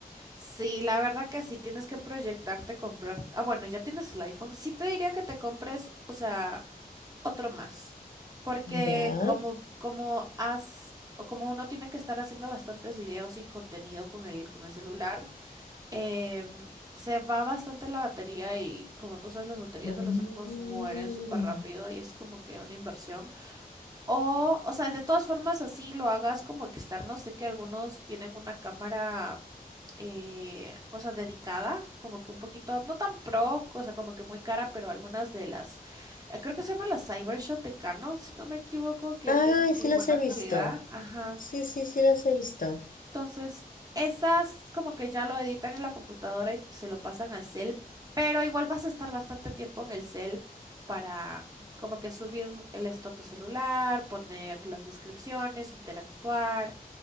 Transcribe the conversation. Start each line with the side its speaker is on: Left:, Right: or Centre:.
Right: Sí, la verdad que sí, tienes que proyectarte, comprar. Ah, bueno, ya tienes el iPhone. Sí te diría que te compres, o sea... otro más, porque
Left: Ya.
Right: como, como has, o como uno tiene que estar haciendo bastantes videos y contenido con el, con el celular, em, se va bastante la batería y como tú sabes, las baterías
Left: Mm.
Right: de los iPhones mueren súper rápido y es como que una inversión. O, o sea, de todas formas, así lo hagas como externo. Sé que algunos tienen una cámara, eh, o sea, dedicada, como que un poquito, no tan pro, o sea, como que muy cara, pero algunas de las, eh, creo que se llaman las Cybershot de Canon, si no me equivoco, que
Left: Ay,
Right: tienen
Left: sí
Right: muy
Left: las
Right: buena
Left: he visto.
Right: calidad. Ajá.
Left: Sí, sí, sí las he visto.
Right: Entonces, esas como que ya lo editan en la computadora y se lo pasan al cel, pero igual vas a estar bastante tiempo en el cel para como que subir el estado a tu celular, poner las descripciones, interactuar